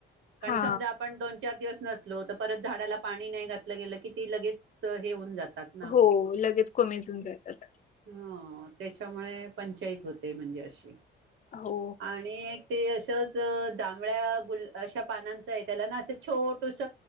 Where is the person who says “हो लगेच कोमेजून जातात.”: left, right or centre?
Left